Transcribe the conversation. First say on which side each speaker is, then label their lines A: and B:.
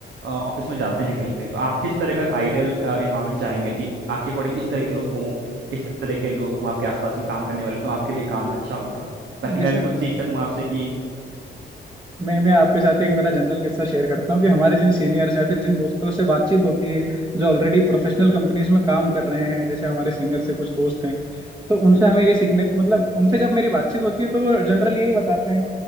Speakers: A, on the right; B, on the right.
A: ऑफिस में जाते हैं कहीं पे तो आप किस तरह का आइडियल एनवायरनमेंट चाहेंगे कि आपके अकॉर्डिंग इस तरह के लोग हों इस तरह के लोग हों आपके आसपास में काम करने वाले तो आपके लिए काम अच्छा होगा ताकि मैं
B: जैसे
A: भी
B: हम
A: कुछ सीख सकूं आपसे कि
B: मैं मैं आपके साथ एक मेरा जनरल किस्सा शेयर करता हूँ कि हमारे जिन सीनियर्स या फिर जिन दोस्तों से बातचीत होती है जो ऑलरेडी प्रोफेशनल कंपनीज में काम कर रहे हैं जैसे हमारे सीनियर से कुछ दोस्त हैं तो उनसे हमें ये सीखने मतलब उनसे जब मेरी बातचीत होती है तो वो जनरल यही बताते हैं